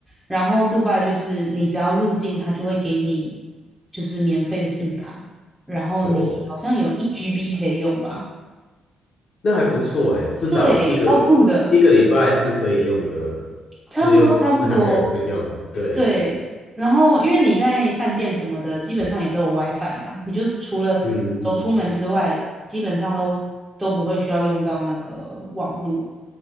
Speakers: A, in the centre; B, on the left (about 45°).
A: 然后杜拜就是你只要入境，它就会给你就是免费的 SIM 卡，然后你好像有一
B: 哦，
A: GB 可以用吧？
B: 那还不错诶，至少一个一个礼拜是可以用的，
A: 对，超酷的，差不多差不多。
B: 是用是还可以可以用，对。
A: 对，然后因为你在饭店什么的，基本上也都有 WiFi 嘛，你就除了走出门之外，
B: 嗯嗯，
A: 基本上都都不会需要用到那个网络。